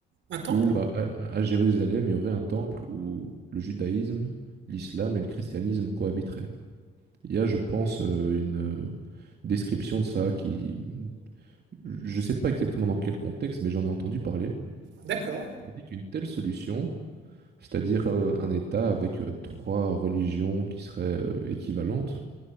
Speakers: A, on the right (about 75°); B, on the right (about 55°).
A: Un temple?
B: où à, à- à Jérusalem, il y aurait un temple où le judaïsme, l'islam et le christianisme cohabiteraient. Il y a, je pense, euh, une euh, description de ça qui... Je ne sais pas exactement dans quel contexte, mais j'en ai entendu parler.
A: D'accord.
B: Je me dis qu'une telle solution, c'est-à-dire euh, un État avec euh, trois religions qui seraient euh, équivalentes,